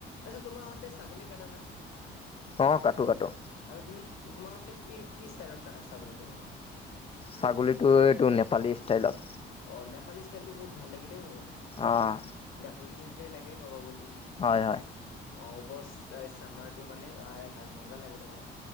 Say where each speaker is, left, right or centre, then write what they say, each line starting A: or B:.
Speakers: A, on the left; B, on the left.
A: আচ্ছা তোমাৰ হঁতে ছাগলী কাটানা?
B: অ', কটো, কটো।
A: আচ্ছা তুমি তোমাৰ হঁতে কি, কি ষ্টাইলত কাটা ছাগলীটো মেনে?
B: ছাগলীটো এইটো নেপালী ষ্টাইলত।
A: অ', নেপালী ষ্টাইলটো বহুত ভাল লাগে দেই মোৰ।
B: অ',
A: গাহৰি যেনকে লাগে ক'ব গলি।
B: হয়, হয়।
A: অ', উপচ চামৰাটো মানে আই হাই মজা লাগে তোমাৰ।